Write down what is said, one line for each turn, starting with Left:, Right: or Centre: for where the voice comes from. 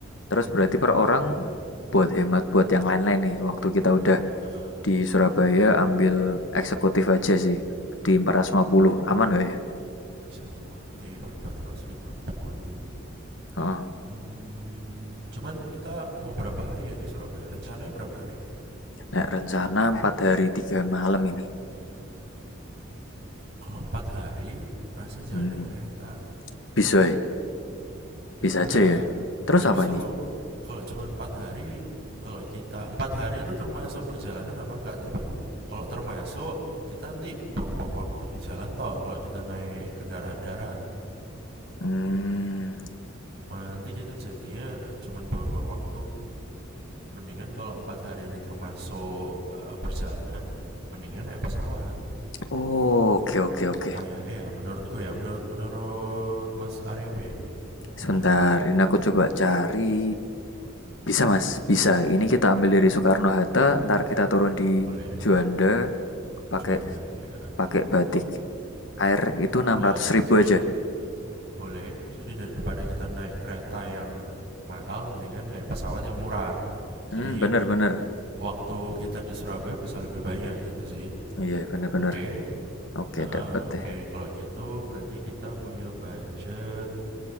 Left: Terus
Right: lebih
Left: berarti
Right: kurang
Left: per
Right: di
Left: orang
Right: situ ya
Left: buat hemat buat yang lain-lain nih. Waktu kita udah
Right: Heeh.
Left: Di Surabaya ambil eksekutif aja sih, di empat ratus lima puluh Aman gak ya?
Right: eksekutif 450
Left: Oh,
Right: hmm, cuman kita mau berapa hari ya di Surabaya rencananya berapa hari
Left: Nah, rencana 4 hari 3 malam ini.
Right: kalau empat hari rasanya jangan
Left: Hmm,
Right: naik kereta
Left: bisa ya? Bisa
Right: enggak
Left: aja ya? Terus
Right: Justru
Left: apa nih?
Right: kalau cuma empat hari, kalau kita empat hari itu termasuk perjalanan apa enggak? Tapi kalau termasuk kita nanti buang-buang waktu di jalan toh. Kalau kita naik kendaraan darat,
Left: Hmm,
Right: malah nanti kita jadinya cuma buang-buang waktu. Mendingan kalau empat hari ini termasuk eh, perjalanan, mendingan naik pesawat.
Left: oh, oke oke oke.
Right: Kayak eh ya menurutku ya, menurut menurut Mas Arya B, gimana?
Left: Sebentar, ini aku coba cari. Bisa mas, bisa. Ini kita ambil dari Soekarno-Hatta, ntar kita turun di
Right: Boleh?
Left: Juanda, pakai
Right: Juanda ya.
Left: pakai batik. Air itu enam
Right: Ya
Left: ratus
Right: ya,
Left: ribu
Right: jadi
Left: aja.
Right: Boleh. Jadi daripada kita naik kereta yang mahal, mendingan naik pesawat yang murah. Jadi
Left: Hmm, bener bener.
Right: waktu kita di Surabaya bisa lebih banyak gitu sih.
Left: Iya, bener bener.
Right: Oke.
Left: Oke,
Right: Heeh,
Left: dapat
Right: oke.
Left: ya.
Right: Kalau gitu berarti kita punya budget